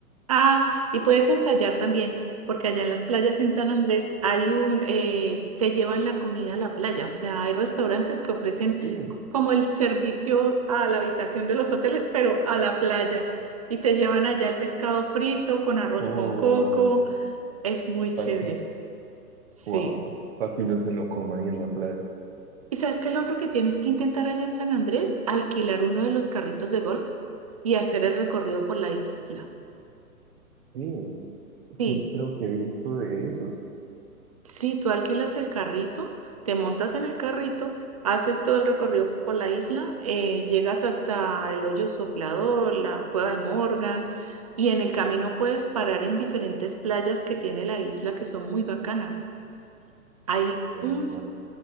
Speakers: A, on the right; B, on the right.
A: Ah, y puedes ensayar también, porque allá en las playas en San Andrés hay un, eh, te llevan la comida a la playa, o sea, hay restaurantes que ofrecen
B: Sí.
A: como el servicio a la habitación de los hoteles, pero a la playa, y te llevan allá el pescado frito con arroz
B: O
A: con coco, es muy
B: para
A: chévere,
B: que,
A: sí.
B: wow, para que uno se lo coma ahí en la playa.
A: ¿Y sabes qué? es Lo otro que tienes que intentar allá en San Andrés, alquilar uno de los carritos de golf y hacer el recorrido por la isla.
B: Sí,
A: Sí,
B: sí, creo que he visto de esos.
A: Sí, tú alquilas el carrito, te montas en el carrito, haces todo el recorrido por la isla, eh, llegas hasta el Hoyo Soplador, la Cueva de Morgan, y en el camino puedes parar en diferentes playas que tiene la isla que son muy bacanas. Hay
B: Ay, qué
A: un
B: más
A: s-